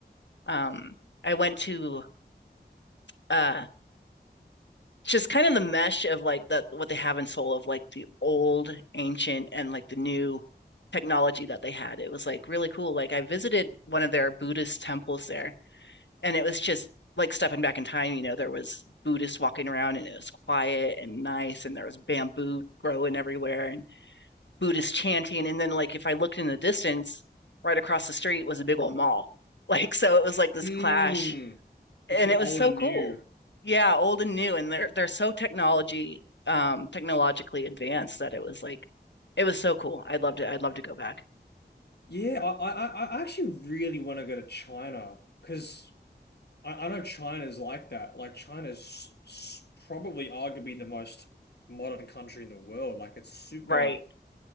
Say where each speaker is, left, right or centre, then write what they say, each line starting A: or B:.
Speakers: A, on the left; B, on the left.
A: um I went to uh just kind of the mesh of like the what they have in Seoul of like the old ancient and like the new technology that they had. It was like really cool. Like I visited one of their Buddhist temples there and it was just like stepping back in time, you know, there was Buddhists walking around and it was quiet and nice and there was bamboo growing everywhere and Buddhist chanting. And then like if I looked in the distance, right across the street was a big old mall. <laughs> Like so it was like this
B: mm,
A: clash
B: between
A: and it
B: old
A: was so
B: and
A: cool.
B: new.
A: Yeah, old and new, and they're they're so technology um technologically advanced that it was like it was so cool. I'd love to I'd love to go back.
B: Yeah, I I I I actually really want to go to China because I, I know China's like that. Like China's s s- probably arguably the most modern country in the world. Like it's super.
A: Right.